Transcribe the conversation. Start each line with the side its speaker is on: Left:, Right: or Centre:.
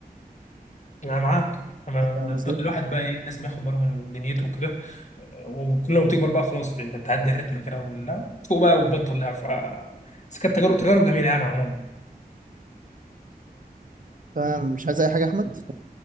Left: انا معاك انا
Right: فاهم قصدي؟
Left: أنا- الواحد بقى ايه لازم ياخد باله من دنيته وكده وكل ما تكبر بقى خلاص ت- تتعدي الريتم كده ولا تفوق بقى وتبطل لعب ف بس كانت تجارب تجارب جميله يعني عموما
Right: فاهم مش عايز اي حاجه يا احمد؟